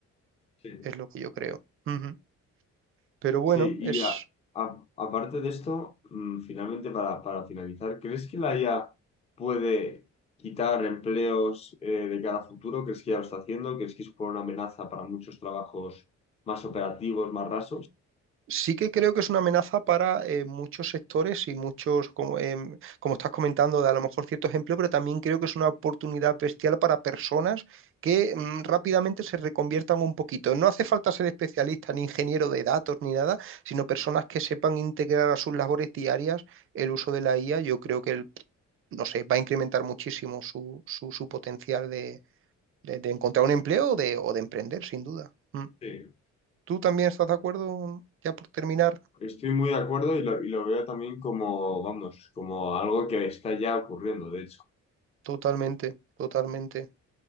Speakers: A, on the left; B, on the right.
A: Sí.
B: Es lo que yo creo. Ujú. Pero bueno,
A: Sí, y
B: es...
A: a- a- aparte de esto, mm, finalmente para, para finalizar, ¿crees que la IA puede quitar empleos eh, de cara a futuro? ¿Crees que ya lo está haciendo? ¿Crees que supone una amenaza para muchos trabajos más operativos, más rasos?
B: Sí que creo que es una amenaza para eh, muchos sectores y muchos, como, em, como estás comentando, de a lo mejor ciertos empleos, pero también creo que es una oportunidad bestial para personas que mm, rápidamente se reconviertan un poquito. No hace falta ser especialista ni ingeniero de datos ni nada, sino personas que sepan integrar a sus labores diarias el uso de la IA. Yo creo que, el- no sé, va a incrementar muchísimo su, su- su potencial de, de- de encontrar un empleo o de, o de emprender, sin duda. Mm.
A: Sí,
B: ¿Tú también estás de acuerdo, ya por terminar?
A: estoy muy de acuerdo y lo, y lo veo también como, vamos, como algo que está ya ocurriendo, de hecho.
B: Totalmente, totalmente.